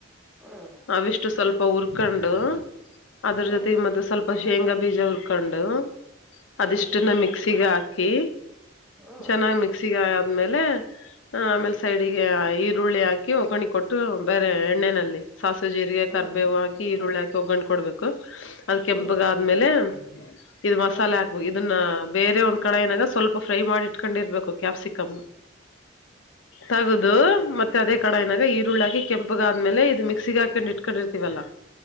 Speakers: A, in the centre; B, on the left (about 75°).
A: ಹ್ಮ್
B: ಅವಿಷ್ಟು ಸ್ವಲ್ಪ ಉರ್ಕೊಂಡು ಅದ್ರ
A: ಹ್ಮ್
B: ಜೊತೆಗೆ ಮತ್ತೆ ಸ್ವಲ್ಪ ಶೇಂಗಾ ಬೀಜ ಉರ್ಕೊಂಡು ಅದಿಷ್ಟನ್ನ
A: ಹ್ಮ್
B: ಮಿಕ್ಸಿಗೆ ಹಾಕಿ
A: ಹ್ಮ್
B: ಚೆನ್ನಾಗ್ ಮಿಕ್ಸಿಗ ಮೇಲೆ ಆಮೇಲೆ ಸೈಡಿಗೆ ಈರುಳ್ಳಿ ಹಾಕಿ ಕಿ ಒಗ್ಗರಾಣಿ ಕೊಟ್ಟರು ಬೇರೆ ಎಣ್ಣೆನಲ್ಲಿ ಸಾಸಿವೆ ಜೀರಿಗೆ
A: ಹ್ಮ್ ಹ್ಮ್
B: ಕರ್ಬೇವು ಹಾಕಿ ಈರುಳ್ಳಿ ಹಾಕಿ ಒಗ್ಗೊಂಡ್ ಕೊಡ್ಬೇಕು ಅದ್ ಕೆಂಪಗಾದ್ಮೇಲೆ
A: ಹ್ಮ್ ಹ್ಮ್
B: ಇದ ಮಸಾಲೆ
A: ಹ್ಮ್
B: ಹಾಕ್ಬೇಕು ಇದನ್ನ ಬೇರೆ ಒಂದ್ ಕಡ ಏನಾಗ ಸ್ವಲ್ಪ ಫ್ರೈ ಮಾಡಿ ಇಟ್ಕೊಂಡಿರ್ಬೇಕು ಕ್ಯಾಪ್ಸಿಕಮ ತಗದು ಮತ್ತೆ ಅದೇ ಕಡಾಯಿನಾಗ ಈರುಳ್ಳಿ ಹಾಕಿ ಕೆಂಪುಗಾದ್ಮೇಲೆ ಇದು ಮಿಕ್ಸ್ ಸಿಗಾಕಂಡು ಇಟ್ಕೊಂಡಿರ್ತಿೀವಲ್ಲಾ